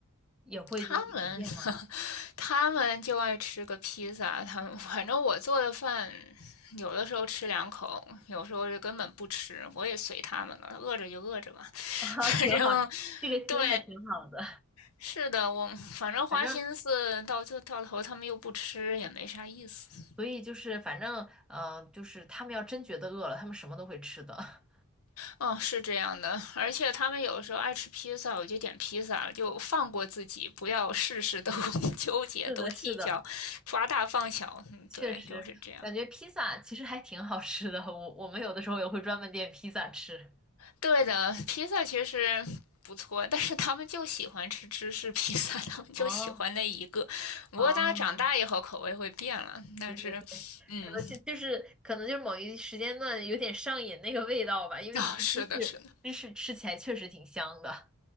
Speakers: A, in the centre; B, on the left (about 70°).
A: 也会就是随便吗？
B: 他们 <laughs> 他们就爱吃个披萨，他们反正我做的饭，有的时候吃两口，有时候就根本不吃，我也随他们了，饿着就饿着吧，
A: <laughs> 啊，
B: <laughs> 反正。
A: 挺好，这个心态挺好的。
B: 对，是的，我反正花心思到就到头，
A: 反正，
B: 他们又不吃，也没啥意思。
A: 所以就是反正，嗯、就是他们要真觉得饿了，他们什么都会吃的。
B: 嗯，是这样的，而且他们有时候爱吃披萨，我就点披萨了，就放过自己，不要事事都 <laughs> 纠结、
A: <laughs> 是的，
B: 都计较，
A: 是的。
B: 抓大放小。嗯，
A: 确实，
B: 对，就是这样。
A: 感觉披萨其实还挺好吃的。我我们有的时候也会专门点披萨吃。
B: 对的，披萨其实不错，但是他们就喜欢吃芝士披萨，<laughs> 他们就喜欢那一个。
A: 哦
B: 不过大家长大以后口味会变了，
A: 哦，
B: 但是，
A: 对对对，
B: 嗯，
A: 可能是就是可能就是某一时间段有点上瘾那个味道吧，因为其实芝士芝士吃起来确实挺香的。
B: 哦，是的，是的，